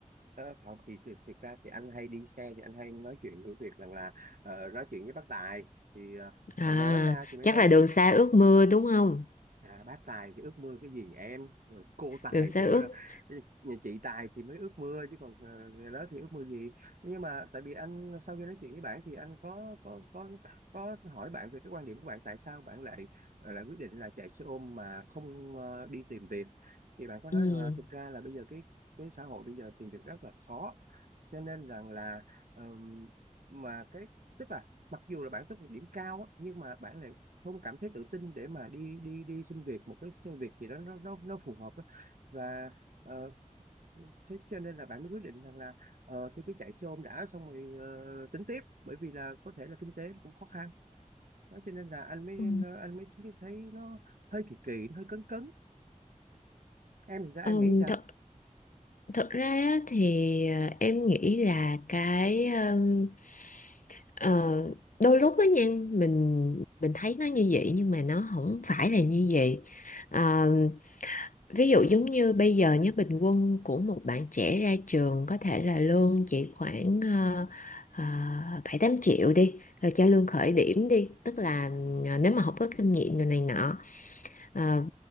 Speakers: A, on the right (about 80°); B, on the left (about 75°).
A: Ờ, không thì, thì thực ra thì anh hay đi xe thì anh hay nói chuyện với việc rằng là ờ, nói chuyện với bác Tài thì
B: À,
A: ờ, nói ra thì mới
B: chắc
A: thấy
B: là
A: rằng
B: đường xa ước mưa đúng không?
A: À, bác tài thì ước mơ cái gì em Rồi cô tài
B: Đường xa
A: chỉ
B: ước.
A: mới là bây giờ nhà chị tài thì mới ước mơ chứ còn ờ, người đó thì ước mơ gì nhưng mà tại vì anh sau khi nói chuyện với bạn thì anh có có có có hỏi bạn về cái quan điểm của bạn tại sao bạn lại ờ, lại quyết định là chạy xe ôm mà không ờ, đi tìm việc thì bạn có nói
B: Ừ.
A: rằng là thực ra là bây giờ cái cái xã hội bây giờ tìm việc rất là khó cho nên rằng là ờm, mà cái tức là mặc dù là bạn tốt nghiệp điểm cao á, nhưng mà bạn lại không cảm thấy tự tin để mà đi đi đi xin việc một cái xin việc gì đó nó nó nó phù hợp á. và ờ, thế cho nên là bạn mới quyết định rằng là ờ, thì cứ chạy xe ôm đã xong rồi ờ, tính tiếp bởi vì là có thể là kinh tế cũng khó khăn đó cho nên là anh mới
B: Ừ.
A: anh mới thấy thấy nó hơi kỳ kỳ nó hơi cấn cấn em thì sao
B: Ừ,
A: em nghĩ sao
B: thật Thực ra á, thì ờ, em nghĩ là cái ừm, ờ, đôi lúc á nha mình mình thấy nó như vậy nhưng mà nó không phải là như vậy. Ờ, ví dụ giống như bây giờ nhé bình quân của một bạn trẻ ra trường có thể là lương chỉ khoảng ờ, ờ, bảy tám triệu đi rồi cho lương khởi điểm đi tức là ờ, nếu mà không có kinh nghiệm rồi này nọ Ờ,